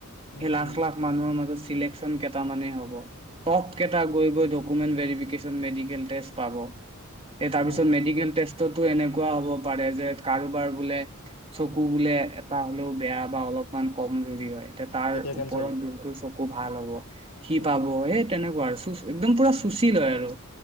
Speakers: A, on the left; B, on the right.
A: উম
B: স লাখ
A: উম
B: লাখ মানৱ ম হপ গক ভ মেল পাব তাৰপিছত
A: উম
B: মেডিকেল ো এনেকুৱা হ'ব পাৰে যে কাৰোবাৰ বোলে চকু বোলে এটা হ'লেও বেয়া বা অলপমান কমজুৰি হয় এতিয়া তাৰ
A: তেতিয়া কেনচেল
B: ওপৰত যোনটো চ আুব ভাল হ'ব সি
A: উম
B: পাব এইটো তেনেকুৱা আৰুু এক্দম পুৰা চুশীল হয় আৰু